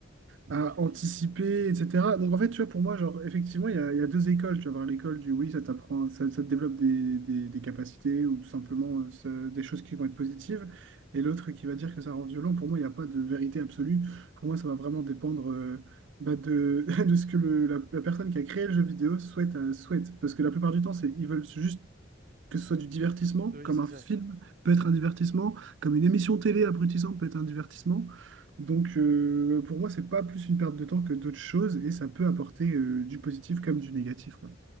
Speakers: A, on the right; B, on the right.
A: à
B: oui,
A: anticiper,
B: oui,
A: etc. Donc en fait, tu vois, pour moi, genre, effectivement, il y a, il y a deux écoles. Tu vas avoir l'école du oui, ça t'apprend, ça, ça te développe des, des- des capacités, ou tout simplement euh, ça- des choses qui vont être positives et l'autre qui va dire que ça rend violent. Pour moi, il n'y a pas de vérité absolue. Pour moi, ça va vraiment dépendre euh, bah, de, <laughs> de ce que le- la, la personne qui a créé le jeu vidéo souhaite, euh, souhaite. Parce que la plupart du temps, c'est, ils veulent juste que ce soit du divertissement,
B: oui,
A: comme
B: c'est
A: un
B: ça.
A: film peut être un divertissement, comme une émission télé abrutissante peut être un divertissement. Donc, euh, pour moi, c'est pas plus une perte de temps que d'autres choses et ça peut apporter euh, du positif comme du négatif, quoi.